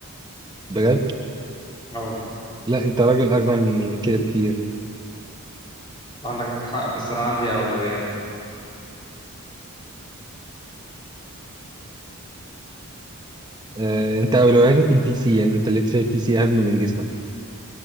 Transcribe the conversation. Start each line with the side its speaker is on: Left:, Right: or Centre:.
Right: بجد
Left: اه والله
Right: لا انت راجل اغنى من كده بكتير
Left: عندك حق بس انا عندي اولويات
Right: آه، انت اولوياتك البي سي يعني انت ليتر البي سي اهم من جسمك